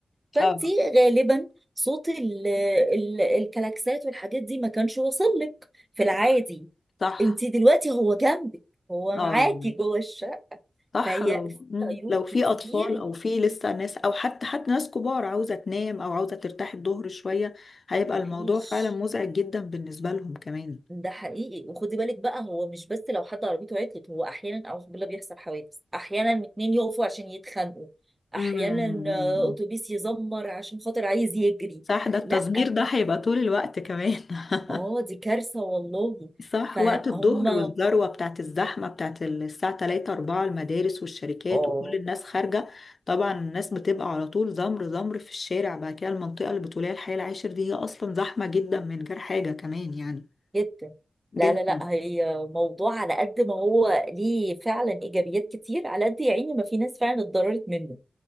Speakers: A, on the right; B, on the left.
A: فانت
B: اه
A: غالبا صوت ال ال الكلاكسات والحاجات دي ما كانش واصل لك في العادي
B: صح صح
A: انت دلوقتي هو جنبك هو
B: اه
A: معاكي جوه الشقه
B: صح
A: فهي
B: لو
A: في
B: مم.
A: عيوب
B: لو في
A: كتير
B: اطفال او في لسه ناس او حتى حتى ناس كبار عاوزة تنام او عاوزة ترتاح الظهر شوية هيبقى
A: مفيش
B: الموضوع فعلا مزعج جدا بالنسبة لهم كمان
A: ده حقيقي وخدي بالك بقى هو مش بس لو حد عربيته عطلت هو احيانا اعوذ بالله بيحصل حوادث احيانا اتنين يقفوا عشان يتخانقوا
B: مم.
A: احيانا آه، اتوبيس يزمر عشان خاطر عايز يجري
B: صح ده التزمير
A: لا
B: ده هيبقى طول الوقت كمان <laughs>
A: اه دي كارثه والله
B: صح
A: فهم
B: وقت الظهر والذروة بتاعت الزحمة بتاعت ال- الساعة 3 4 المدارس والشركات
A: اه
B: وكل الناس خارجة طبعا الناس بتبقى على طول زمر زمر في الشارع بعد كده المنطقة البتولية الحي العاشر دي هي أصلا زحمة جدا من غير حاجة كمان يعني
A: جدا
B: جدا
A: لا لا لا هي موضوع على قد ما هو ليه فعلا ايجابيات كتير على قد يا عيني ما في ناس فعلا اتضررت منه